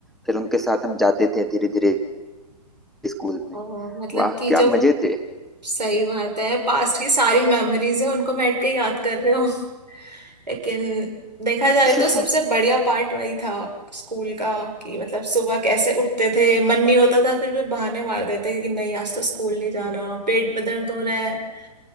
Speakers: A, in the centre; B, on the right (about 80°).
A: फिर उनके साथ हम जाते थे धीरे धीरे स्कूल में
B: अ, मतलब
A: वाह
B: कि
A: क्या
B: जो
A: मजे थे
B: सही बात है पास्ट की सारी मेमोरीज है उनको बैठ के याद कर रहे हो लेकिन देखा जाए
A: <laughs>
B: तो सबसे बढ़िया पार्ट वही था स्कूल का कि मतलब सुबह कैसे उठते थे मन नहीं होता था फिर भी बहाने मार देते कि नहीं आज तो स्कूल नहीं जाना पेट में दर्द हो रहा है